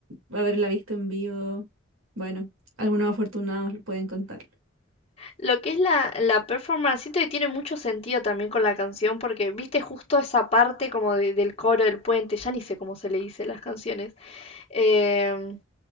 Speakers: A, on the right; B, on the left.
A: haberla visto en vivo. Bueno, algunos afortunados lo pueden contar.
B: Lo que es la, la performance, siento que tiene mucho sentido también con la canción, porque viste justo esa parte como de- del coro, del puente, ya ni sé cómo se le dice las canciones. Eh,